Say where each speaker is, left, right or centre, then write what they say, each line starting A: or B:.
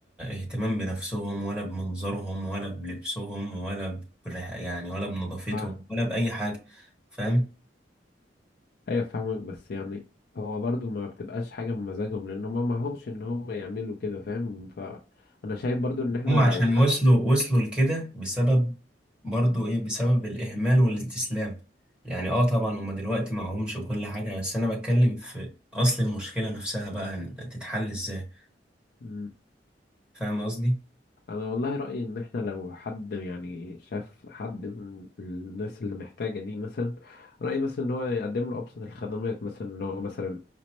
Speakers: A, in the centre; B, on the left.
A: اهتمام بنفسهم ولا بمنظرهم ولا بلبسهم ولا بريح... يعني ولا بنظافتهم
B: آه.
A: ولا بأي حاجة فاهم
B: أيوة فاهمك بس يعني هو برضو ما بتبقاش حاجة من مزاجهم لأن هما معهمش إن هما يعملوا كده فاهم فأنا شايف برضو إن إحنا
A: هم عشان
B: لو حد
A: وصلوا وصلوا لكده بسبب برضو ايه بسبب الإهمال والاستسلام يعني اه طبعا هم دلوقتي معهمش وكل حاجة بس أنا بتكلم في أصل المشكلة نفسها بقى هن- تتحل ازاي
B: مم.
A: فاهم قصدي؟
B: انا والله رايي ان احنا لو حد يعني شاف حد من الناس اللي محتاجه دي مثلا رايي مثلا ان هو يقدم له ابسط الخدمات مثلا ان هو مثلا